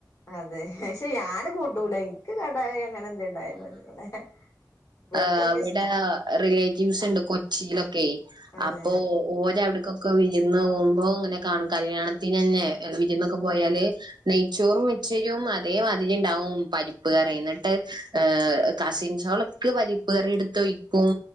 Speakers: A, on the left; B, on the right.
A: അതെ പക്ഷെ ഞാന് കൂട്ടൂല എനിക്ക് കടായി അങ്ങനെ എന്തെങ്കിലും ഉണ്ടായ മതി ഇവൽക്കൊക്കെ
B: ആഹ്അവിടെ
A: ഇഷ്ട
B: റിലേറ്റീവ്സ് ഉണ്ട് കൊച്ചിയിലൊക്കെ
A: അതെ
B: അപ്പോ ഓരവിടക്കൊക്കെ വിരുന്ന് പോകുമ്പോ അങ്ങനെ കാണും കല്യാണത്തിന് തന്നെ വിരുന്നൊക്കെ പോയാല് നെയ്ച്ചോറും മെച്ചെരും അതേ മാതിരിണ്ടാവും പരിപ്പ് കറിയുന്നിട്ട് ഏ കസിൻസോളൊക്കെ പരിപ്പ് കറി എടുത്തൊയിക്കും